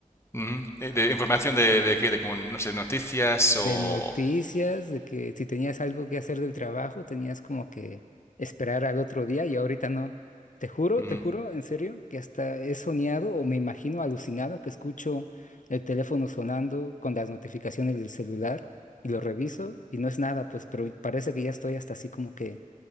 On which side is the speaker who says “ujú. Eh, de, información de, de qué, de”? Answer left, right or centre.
Left